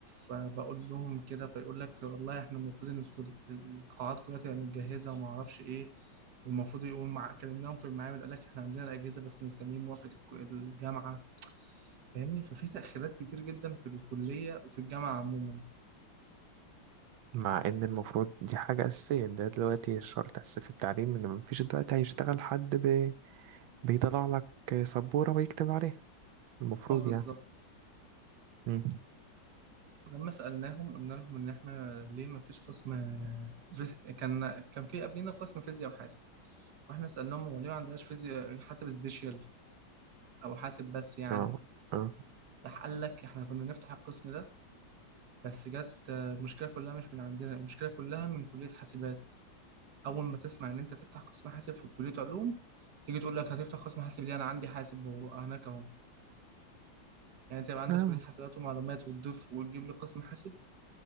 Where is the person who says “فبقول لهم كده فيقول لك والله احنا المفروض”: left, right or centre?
Right